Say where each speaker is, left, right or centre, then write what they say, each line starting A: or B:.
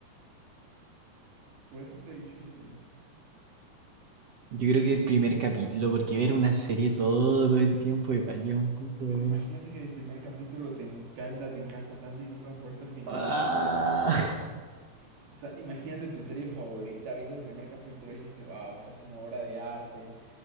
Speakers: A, on the right; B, on the right.
A: Por eso está difícil.
B: yo creo que el primer capítulo, porque ver una serie todo el tiempo igual llega a un punto
A: Pero imagínate que el primer capítulo te encanta, te encanta tanto y nunca por terminarlo.
B: Ah.
A: O sea, imagínate tu serie favorita viendo el primer capítulo y dices, wow, esta es una obra de arte.